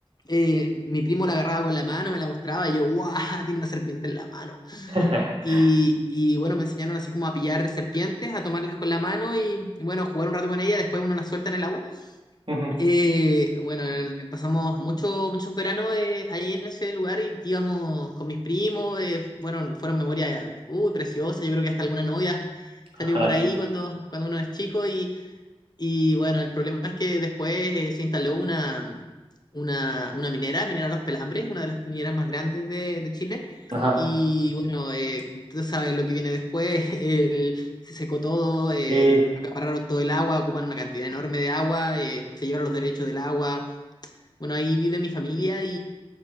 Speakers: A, on the left; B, on the right.
A: eh, mi primo la agarraba con la mano, me la mostraba, y yo, ¡guau! <laughs> Tiene una serpiente en la mano.
B: <laughs>
A: Y, y bueno, me enseñaron así como a pillar serpientes, a tomarlas con la mano y, y bueno, jugar un rato con ella después uno las suelta en el agua.
B: Ujú.
A: Eh, bueno, eh, pasamos mucho, muchos veranos eh, ahí en ese lugar y íbamos con mis primos, eh, fueron, fueron memorias, uy, preciosas, yo creo que hasta alguna novia
B: Ajá,
A: salió por ahí cuando, cuando uno es chico y y bueno, el problema es que después eh, se instaló una, mm, una, una minera, Minera Los Pelambres, una de las mineras más grandes de, de Chile.
B: ajá.
A: Y bueno, eh, ustedes saben lo que viene después, <laughs> el- se secó todo, eh,
B: Sí.
A: acapararon todo el agua, ocupan una cantidad enorme de agua, eh, se llevaron los derechos del agua. Bueno, ahí vive mi familia